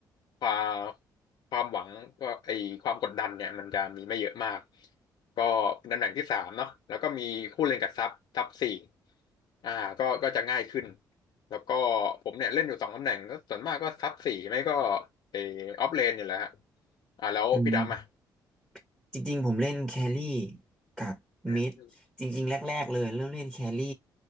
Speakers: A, on the left; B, in the centre.
A: ความความหวังก็ไอความกดดันเนี่ยมันจะมีไม่เยอะมากก็เป็นตำแหน่งที่สามเนาะแล้วก็มีคู่เล่นกับซับซับสี่อ่าก็ก็จะง่ายขึ้นแล้วก็ผมเนี่ยเล่นอยู่สองตำแหน่งก็ส่วนมากก็ซับสี่ไม่ก็ไอออฟเลนนี่แหละฮะอ่าแล้วพี่ดำอ่ะ
B: อืม จริงๆผมเล่นแครี่กับมิดจริงๆแรกๆเลยเริ่มเล่นแครี่
A: อืมอืม